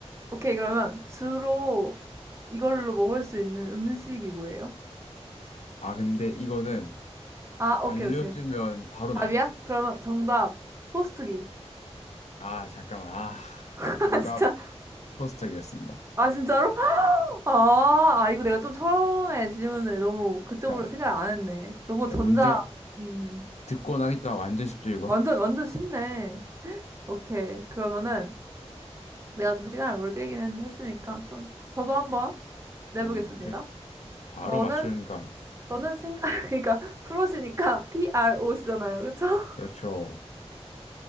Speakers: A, on the right; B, on the left.
A: 오케이. 그러면 주로 이걸로 먹을 수 있는 음식이 뭐예요?
B: 아, 근데 이거는
A: 아,
B: 알려주면
A: 오케이, 오케이.
B: 바로
A: 답이야?
B: 나와요.
A: 그러면 정답. 포스트기.
B: 아, 잠깐만. 아,
A: <laughs>
B: 정답
A: 아, 진짜.
B: 토스트기였습니다.
A: 아, 진짜로? 아, 아, 이거 내가 좀 처음에 질문을 너무 그쪽으로
B: 그러니까,
A: 생각을 안 했네. 너무
B: 자,
A: 전자,
B: 문제가
A: 음,
B: 듣고 나니까 완전 쉽죠, 이거?
A: 완전, 완전 쉽네. 오케이. 그러면은 내가 좀 시간을 오래 끌기는 했으니까 좀, 저도 한번 내보겠습니다.
B: 음, 오케이. 바로
A: 저는,
B: 맞추니까.
A: 저는 생각, <laughs> 그러니까 프로시니까 PRO시잖아요. 그쵸? <laughs>
B: 그렇죠.